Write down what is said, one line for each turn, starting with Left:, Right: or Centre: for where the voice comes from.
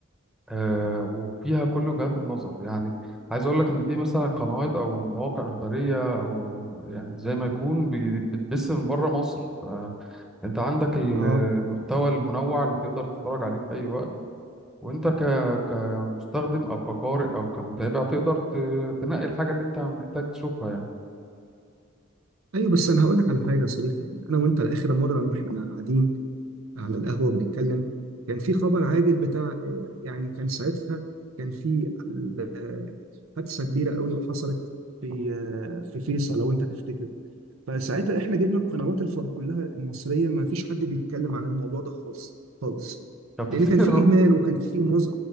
Centre: آه، وفيها كل وجهات النظر يعني عايز اقول لك ان في مثلا قنوات او مواقع اخباريه او يعني زي ما يكون بي- بتبث من بره مصر فانت عندك ال-
Right: اه
Centre: المحتوى المنوع اللي تقدر تتفرج عليه في اي وقت وانت ك... كمستخدم او كقارئ او كمتابع تقدر ت... تنقي الحاجه اللي انت محتاج تشوفها يعني
Right: ايوه بس انا هقول لك على حاجه يا صديقي يعني انا وانت لاخر مره لما احنا قاعدين على القهوة بنتكلم كان في خبر عاجل بتاع آه، يعني كان ساعتها كان في آه، حادثة كبيرة قوي وحصلت في آه، في فيصل لو انت تفتكر فساعتها احنا جبنا القنوات الفض كلها المصرية ما فيش حد بيتكلم عن الموضوع ده خالص خالص
Centre: طب تفتكر
Right: لأن كان في إهمال وكان في مز